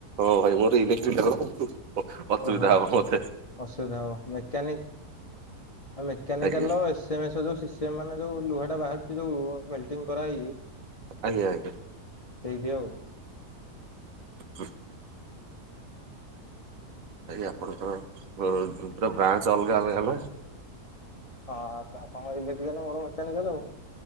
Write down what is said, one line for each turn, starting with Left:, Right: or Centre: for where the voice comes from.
Right: ହଁ ଭାଇ ମୋର ଇଲେକ୍ଟ୍ରିକକାଲ ନା ଭାଇ ମୁଁ ପକ୍ ଅସୁବିଧା
Left: ଓହୋ
Right: ହେବ ମୋତେ।
Left: ଅସୁବିଧା ହବ, ମେକାନିକ ମେକାନିକାଲସ
Right: ଆଜ୍ଞା
Left: ସେ <unintelligible> ଯୋଉ ଶିଷ୍ୟ ମାନେ ଯୋଉ ଲୁହା ଟା ବାହାରୁଛି ଯୋଉ, ମେଲଟିଂ କରାହେଇକି
Right: ଆଜ୍ଞା ଆଜ୍ଞା
Left: ସେଇଠି ଆଉ।
Right: ହୁଁ। ଆଜ୍ଞା ଆପଣଙ୍କର ଉଁ ପୁରା ବ୍ରାଞ୍ଚ ଅଲଗା ଅଲଗା ନାଁ।
Left: ହଁ ତ ଆପଣଙ୍କ ର ଇଲେକ୍ଟ୍ରିକାଲ ମୋର ମେକାନିକାଲ ଆଉ।